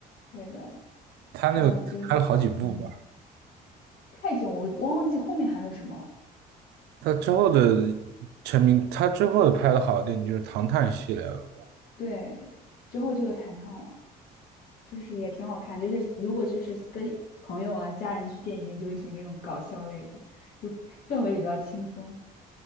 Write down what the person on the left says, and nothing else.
对的，
然后就是，嗯，太囧，我我忘记后面还有什么了。
对，之后就是弹唱了，就是也挺好看。就是如果就是跟朋友啊、家人去电影院，就会选这种搞笑类的，就氛围比较轻松。